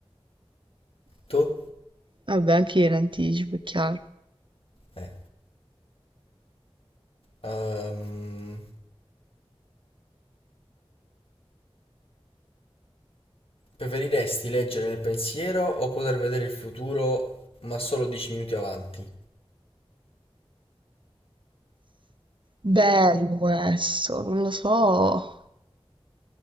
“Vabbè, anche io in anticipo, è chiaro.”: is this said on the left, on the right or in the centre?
Right